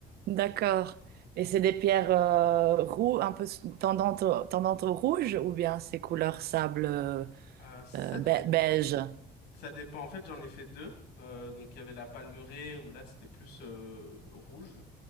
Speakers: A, on the right; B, on the left.
A: d'accord. Et c'est des pierres euh, roux, un peu s- tendantes au, tendantes au rouge ou bien c'est couleur sable euh,
B: Euh, ça,
A: euh, be-
B: dé-
A: beige?
B: ça dépend. En fait, j'en ai fait deux. Euh, donc, il y avait la palmeraie où là, c'était plus euh, rouge.